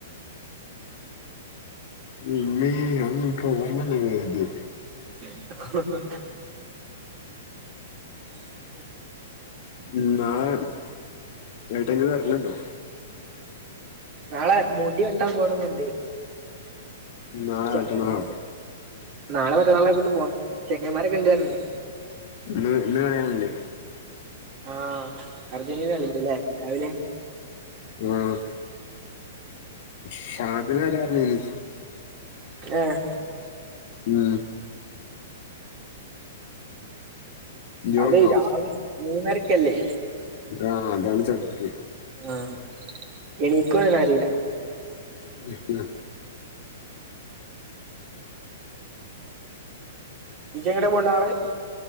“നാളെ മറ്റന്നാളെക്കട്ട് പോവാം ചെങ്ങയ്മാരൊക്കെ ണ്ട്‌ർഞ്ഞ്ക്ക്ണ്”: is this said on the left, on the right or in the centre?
Right